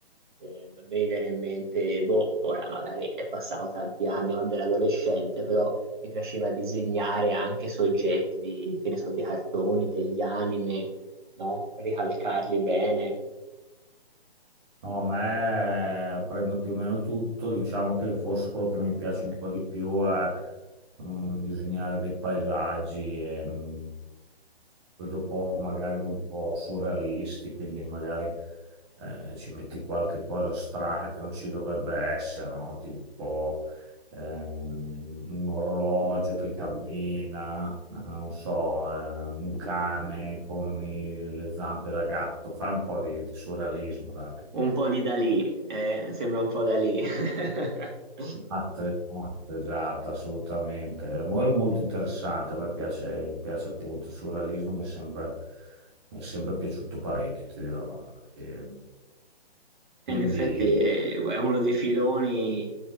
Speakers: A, on the right; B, on the right.
A: eh, mi viene in mente, boh, ora magari è passato tanti anni quando ero adolescente, però mi piaceva disegnare anche soggetti di, che ne so, dei cartoni, degli anime no? Ricalcarli bene.
B: No, a me prendo più o meno tutto, diciamo che forse quello che mi piace un po' di più è mm, disegnare dei paesaggi e mm, poi dopo magari un po' surrealisti, quindi magari eh, ci metti qualche cosa strana che non ci dovrebbe essere, no? Tipo ehm, un orologio che cammina, eh, non so, eh, un cane con i- le zampe da gatto, fai un po' di, di surrealismo, dai.
A: Un po' di Dalì, eh, sembra un po' Dalì. <laughs>
B: Esatto, esatto, esatto, assolutamente. È mol- molto interessante, a me piace, piace appunto il surrealismo, mi è sempre, mi è sempre piaciuto parecchio, ti dirò. E quindi,
A: E In effetti è, è uno dei filoni,